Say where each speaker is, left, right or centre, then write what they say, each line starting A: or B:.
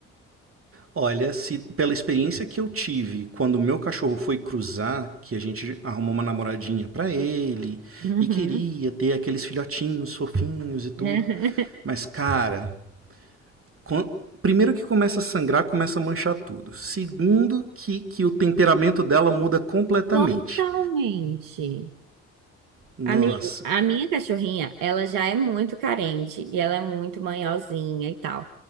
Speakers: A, on the right; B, on the right.
A: Olha, se pela experiência que eu tive quando meu cachorro foi cruzar, que a gente arrumou uma namoradinha pra ele
B: Uhum.
A: e queria ter aqueles filhotinhos fofinhos e tudo,
B: <laughs>
A: mas cara, quan- primeiro que começa a sangrar, começa a manchar tudo. Segundo que que o temperamento dela muda completamente.
B: Totalmente.
A: Nossa,
B: Amigo, a
A: cara.
B: minha cachorrinha, ela já é muito carente e ela é muito manhosinha e tal.